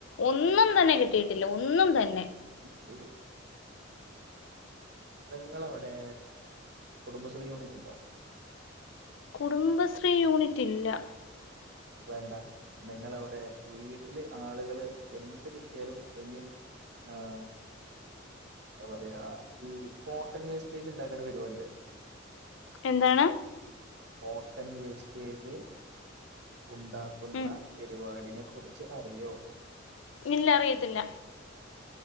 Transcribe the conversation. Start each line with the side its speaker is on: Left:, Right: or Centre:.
Left: ഒന്നും തന്നെ കിട്ടിയിട്ടില്ല ഒന്നും തന്നെ
Right: വെരിഗുഡ് നിങ്ങളവിടെ കുടുംബശ്രീ യൂണിറ്റു ണ്ടോ?
Left: കുടുംബശ്രീ യൂണിറ്റില്ല
Right: വേണ്ട നിങ്ങളവിടെ വീട്ടില് ആളുകള് എന്ത് കിട്ടിയാലും ഐമീൻ ആഹ് എന്താ പറയാ ഈ കോട്ടൺ വേസ്റ്റേജ് ഇണ്ടാക്കണ പരിപാടിയറിയോ
Left: എന്താണ്
Right: കോട്ടൺ വേസ്റ്റേജ് ഉണ്ടാക്കുന്ന
Left: ഉം
Right: പരിപാടിനെക്കുറിച്ച് അറിയോ?
Left: ഇല്ല അറിയത്തില്ല.